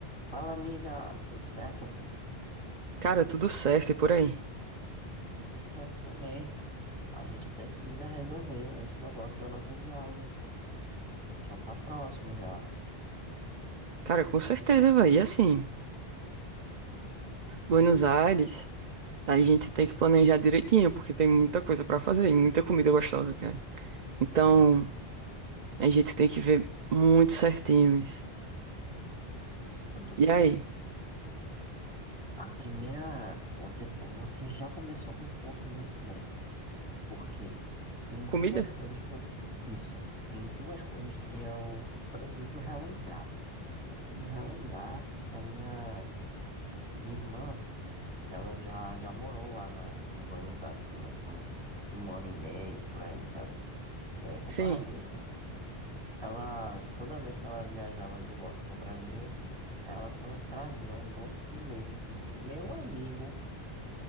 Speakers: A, on the right; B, on the right.
A: Fala, amiga, tudo certo?
B: Cara, tudo certo e por aí.
A: Tá tudo certo também. A gente precisa resolver esse negócio da nossa viagem, pô. Já tá próximo já.
B: Cara, com certeza, velho. E assim, Buenos
A: Hum,
B: Aires, a gente tem que planejar direitinho, porque tem muita coisa pra fazer e muita comida gostosa, cara. Então,
A: é verdade.
B: a gente tem que ver muito certinho isso.
A: Eu tô aqui.
B: E aí,
A: A primeira, você, fa- você já começou com um ponto muito bom, porque tem duas
B: comida?
A: coisas que eu, isso, tem duas coisas que eu preciso relembrar. Preciso relembrar da minha, minha irmã. Ela já, já morou lá na, em Buenos Aires durante uns um ano e meio, por aí, sabe? E aí, por
B: Sim.
A: causa disso, ela, toda vez que ela viajava de volta pro Brasil, ela tra- trazia um doce de leite, que, meu amigo,